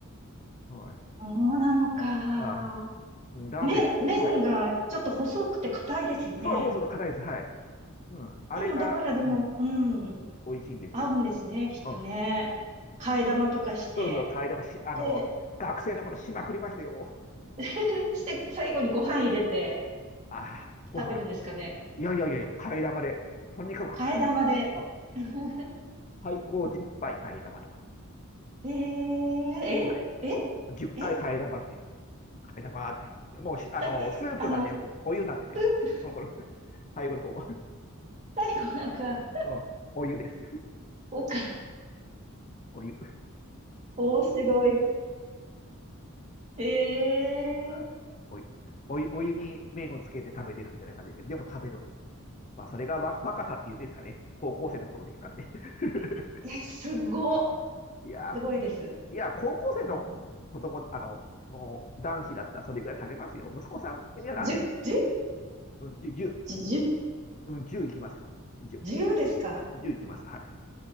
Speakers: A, on the left; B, on the right.
A: はい。
B: そうなのか。
A: あ、うんラーメン、
B: 麺、
A: ちょっと、
B: 麺がちょっと細くて硬いですよね。
A: はい。そうそうそう、硬いです。はい。うん。あれが、
B: でも、だからでも、
A: うん、
B: うん、
A: 美味しいんですよ。
B: 合うんですね、きっとね。
A: うん。うん
B: 替え玉とかして。
A: そうそう、替え玉し、あの、
B: で、
A: 学生の頃しまくりましたよ。
B: <laughs> して、最後にご飯入れて
A: ああ、ご飯はね、
B: 食べるんですかね。
A: いやいやいやいや、替え玉で、とにかく替え玉。
B: 替え玉で。
A: うん。
B: <laughs>
A: 最高10杯替え玉とか。
B: えー、え、
A: はい。
B: え、
A: 10回替え玉って、
B: え、<laughs>
A: 替え玉って。もうし、あの、
B: さあの、
A: スープがでもお湯なんですよ、
B: スープ、
A: もう。あの頃、<laughs> 最後の方は。
B: 最後なんか、
A: うん。お湯です。
B: おか、
A: お湯。
B: 面白い。ええ
A: うん。お湯。お湯、お湯に麺をつけて食べてるみたいな感じだけど、でも食べるんです。まあ、それがわ若さっていうんですかね。高校生の頃でしたんで。<laughs>
B: ーえ、すご、
A: いやー、
B: すごいです。
A: いや、高校生の子供、
B: うん。
A: あの、の男子だったらそれぐらい食べますよ。息子さん、今何歳
B: 十、十、
A: うん、10、
B: 十、
A: うん、10いきますよ。10、
B: 十ですか
A: じゅういきます。はい。